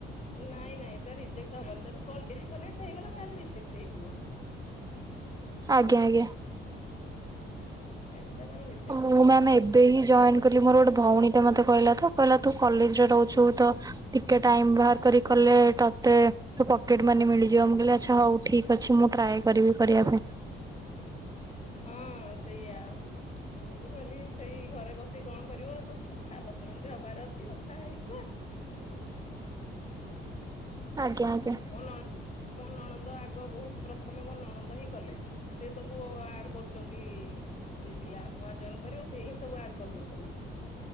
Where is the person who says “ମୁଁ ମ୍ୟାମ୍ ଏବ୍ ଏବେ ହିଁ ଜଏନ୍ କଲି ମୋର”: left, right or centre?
Right